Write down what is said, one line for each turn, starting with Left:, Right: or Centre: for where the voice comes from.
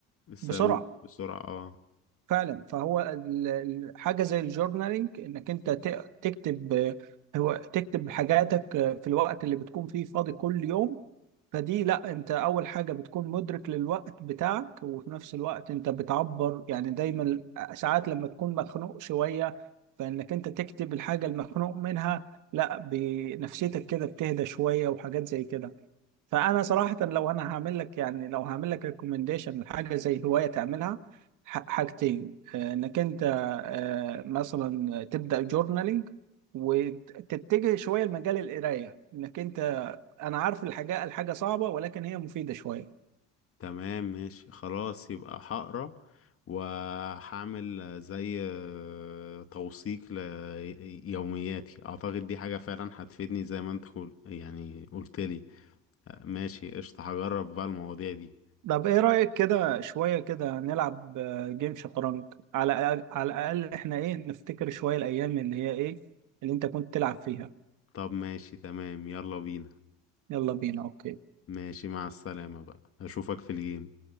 Left: الصاروخ
Right: بسرعه
Left: بسرعة اه
Right: فعلا فهو ال- ال- حاجه زي الجورنالينج انك انت ت- تكتب آه، هو تكتب حاجاتك آه، في الوقت اللي بتكون فيه فاضي كل يوم فدي لا انت اول حاجه بتكون مدرك للوقت بتاعك وفي نفس الوقت انت بتعبر يعني دايما ساعات لما تكون مخنوق شويه فانك انت تكتب الحاجه المخنوق منها لا بنفسيتك كده بتهدى شويه وحاجات زي كده فانا صراحه لو انا هعمل لك يعني لو هعمل لك ريكومنديشن لحاجه زي هوايه تعملها ح- حاجتين آه، انك انت آه، مثلا تبدا جورنالينج وتتجه شويه لمجال القرايه انك انت انا عارف الحاجه الحاجه صعبه ولكن هي مفيده شويه
Left: تمام ماشي خلاص يبقى هقرا وهعمل زي آه، توثيق ليومياتي اعتقد دي حاجة فعلا هتفيدني زي ما انت قل... يعني قلت لي آه، ماشي قشطة هجرب بقى المواضيع دي
Right: طب ايه رايك كده شويه كده نلعب آه، جيم شطرنج على الأقل- على الاقل احنا ايه نفتكر شويه الايام اللي هي ايه اللي انت كنت تلعب فيها
Left: طب ماشي تمام يلا بينا
Right: يلا بينا اوكي
Left: ماشي مع السلامة بقى اشوفك في الجيم